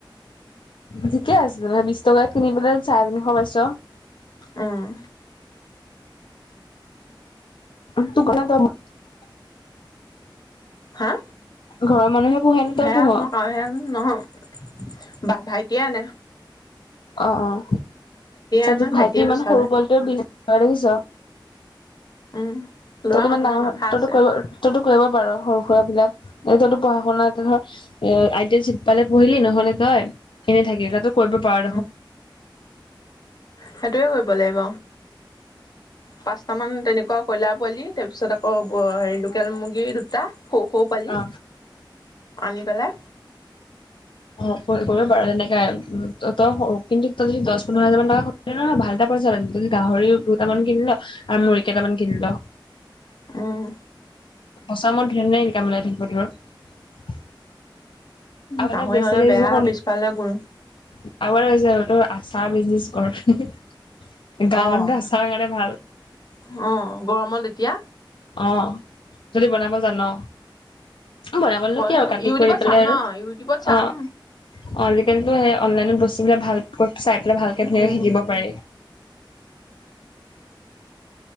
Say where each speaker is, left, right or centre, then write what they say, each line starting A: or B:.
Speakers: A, on the left; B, on the left.
A: ঠিকে আছে তেনেহলে বিশ টকাত কিনি পেলাই চাৰে তিনিশ পাইছ।
B: উম,
A: <unintelligible>
B: হা
A: ঘৰৰ মানুহে পোহে নে
B: সেয়া
A: তই পোহ
B: মই কও হে নহয় বা ভাইটিয়েনে
A: অ',
B: আনে
A: ত ভাইটি
B: ভাইটিয়ে
A: ইমান
B: পইচা
A: সৰু
B: লয়।
A: পোৱালটে দেখিছ
B: উম ল'ৰা
A: তইত
B: মানুহ
A: ইমান ডাঙৰ
B: ন মাথা
A: তইো
B: আছে
A: কৰিব তইো কৰিব পাৰ সৰু সুৰা বিলাক এ তইতো পঢ়া শুনা এ ধৰ এ আইটিল চিট পালে পঢ়িলি নহ'লে তই এনেই থাকিল ক তই কৰিব পাৰ ন
B: উম, সেইটোৱে কৰিব লাগিব পাঁচটামান তেনেকুৱা কয়লাৰ পোৱালি তাৰপিছত আকৌ হেৰি লোকেল মুৰ্গী দুটা স সৰু পালি
A: অ
B: আনি পেলাই
A: অ', ৰিব পাৰো তেনেকাই উ তই কিন্তু তই যদি দহ পোন্ধৰ হাজাৰ মান টকা নয় ভাল এটা পইচাদি গাহৰিও দুটামান কিন ল আৰু মুৰি়ী কেইটামান কিনিল
B: উম,
A: বচা মত ধনেৰে ইনকামলাই থাকিব ধ ৰ আগতে
B: গাহৰি
A: বেচাৰিছো
B: হ'লে বেয়া
A: ক
B: পিছফালে গুণ
A: আগাৰ বে আচা বিজনেজ কৰা গামন
B: অ
A: চ ব কাৰানে ভাল
B: অ', গৰমত এতিয়া
A: অ', দি বনাব জানা বনাব
B: পৰে
A: নো কি আৰু কাটি
B: ইউটিউবত
A: কৰি পেলাই
B: চাম ন
A: আৰু
B: ইউটিউবত চাম।
A: অ অ আজিকালিো সেই অনলাইনত ভালকৈ চাই পেলাই ভালকে ধুনীয়াকৈ
B: উম,
A: শিকিব পাৰি